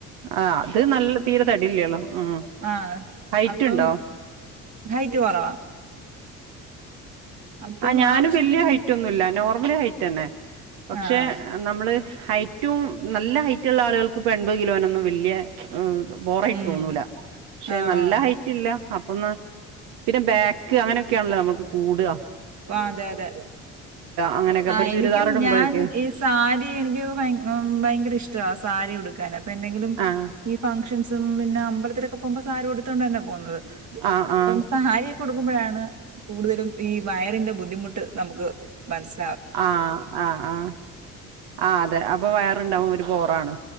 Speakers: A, on the right; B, on the right.
A: ആ അത് നല്ല തീരെ തടില്ലല്ലോ ഉം
B: ആഹ്
A: ഹൈറ്റ്
B: അപ്പം
A: ഉണ്ടോ?
B: ഹൈറ്റ് കുറവാ അപ്പം
A: ആ ഞാനും
B: ആവശ്യത്തിന്
A: വല്ല്യ ഹൈറ്റൊന്നുല്ല നോർമല് ഹൈറ്റന്നെ പക്ഷെ
B: ആഹ്
A: നമ്മള് ഹൈറ്റ് റ്റോം നല്ല ഹൈറ്റുള്ള ആളുകൾക്ക് ഇപ്പോ എൺപത് കിലോനൊന്നും വെല്ല്യ ഉം. ബോറായിട്ട്
B: ഉം
A: തോന്നൂല, പക്ഷെ
B: ആഹ്
A: നല്ല ഹൈറ്റ് ഇല്ല അപ്പന്ന പിന്നെ ബാക്ക് അങ്ങനൊക്കെയാണല്ലോ നമ്മക്ക് കൂടുക.
B: ഓ അതെ അതെ.
A: അങ്ങനെയൊക്കെ
B: ആ
A: ഇപ്പൊരു
B: എനിക്കും
A: ചുരിദാറിടുമ്പഴേക്കെ
B: ഞാൻ ഈ സാരി എനിക്ക് ഭയങ്കര ഇഷ്ടമാണ് സാരി കൊടുക്കാന ഇപ്പ എന്തെങ്കിലും
A: ആഹ്
B: ഈ ഫംഗഷൻസും പിന്നെ അമ്പലത്തിലൊക്കെ പോക്പോ സാരി ഉട് തോണ്ട് തന്ന പോകുന്നത്
A: ആഹ്
B: അപ്പ
A: ആഹ്
B: സാരി ക്കുമ്പോഴാണ് കൂടുതലും ഈ വയറിന്റെ ബുദ്ധിമുട്ട് നമുക്ക് മനസ്
A: ആഹ് ആഹ് ആഹ് ആ അതെ അപ്പൊ വയറുണ്ടാവും ഒരു ബോ ട്ടാണ്